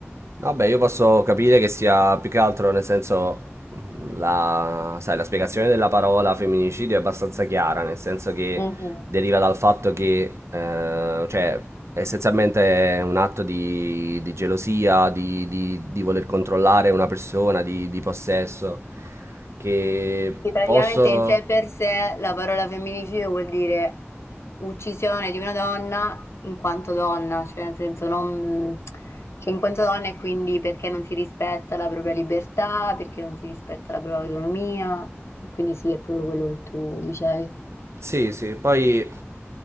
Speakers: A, on the right; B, on the left.
A: Vabbè, io posso capire che sia più che altro, nel senso, mh, la, sai, la spiegazione della parola femminicidio è abbastanza chiara, nel senso che
B: Mhm.
A: deriva dal fatto che, eh, cioè, essenzialmente è un atto di, di gelosia, di, di- di voler controllare una persona, di, di possesso, che
B: Sì, praticamente
A: posso...
B: in sé per sé la parola femminicidio vuol dire uccisione di una donna in quanto donna, cioè nel senso non, cioè in quanto donna e quindi perché non si rispetta la propria libertà, perché non si rispetta la propria autonomia, e quindi sì, è proprio quello che tu dicevi.
A: Sì, sì, poi eh,